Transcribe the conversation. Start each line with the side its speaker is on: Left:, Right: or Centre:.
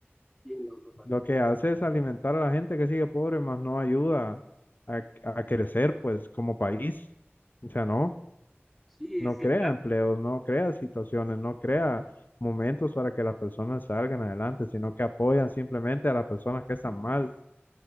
Centre: entiendo, papá.
Left: Lo que hace es alimentar a la gente que sigue pobre, más no ayuda a, a crecer, pues, como país. O sea, no,
Centre: Sí,
Left: no
Centre: sí,
Left: crea
Centre: claro.
Left: empleos, no crea situaciones, no crea momentos para que las personas salgan adelante, sino que apoyan simplemente a las personas que están mal